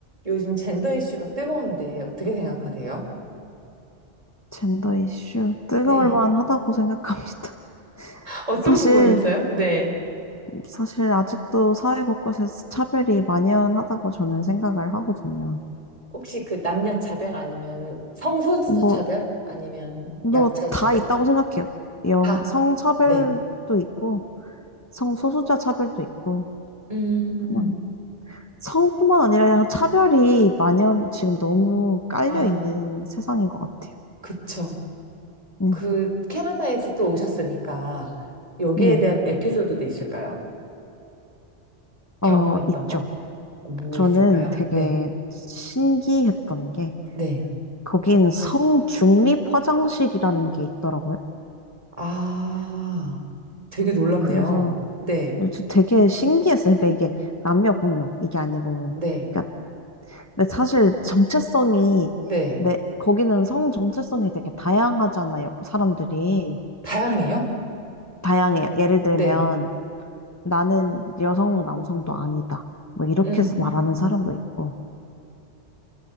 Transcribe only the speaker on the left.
젠더 이슈 뜨거울
만하다고 생각합니다. <laughs>
사실
사실 아직도 사회 곳곳에서 차별이 만연하다고 저는 생각을 하거든요.
뭐
뭐
다
있다고 생각해요. 영
성차별도
있고 성소수자 차별도 있고
그냥 성뿐만 아니라 그냥 차별이 만연 지금 너무 깔려
있는 세상인 것 같아요.
네.
네.
어,
있죠.
저는
되게
신기했던 게
거긴 성중립 화장실이라는 게 있더라고요.
그래서
근데 저 되게 신기했어요. 근데 이게 남녀 공용 이게 아니고,
그러니까 근데 사실 정체성이
내 거기는 성 정체성이 되게 다양하잖아요. 사람들이
다양해요. 예를 들면
나는 여성도 남성도 아니다. 뭐 이렇게
해서 말하는 사람도 있고,